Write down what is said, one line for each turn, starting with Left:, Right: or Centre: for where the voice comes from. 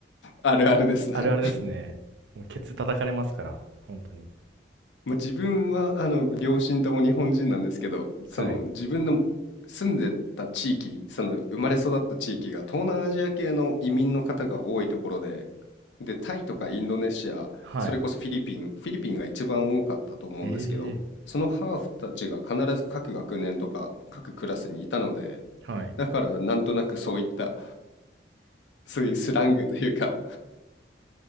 Left: あるあるですね。
Right: あるあるですね。もうケツ叩かれますから、本当に。
Left: まあ、自分は、あの、両親とも日本人なんですけど、その、
Right: はい。
Left: 自分の住んでた地域、その、生まれ育った地域が東南アジア系の移民の方が多いところで、で、タイとかインドネシア、
Right: はい。
Left: それこそフィリピン、フィリピンが一番多かったと思うんですけど、
Right: ええー
Left: そのハーフたちが必ず各学年とか各クラスにいたので、
Right: はい。
Left: だからなんとなくそういった、そういうスラングというか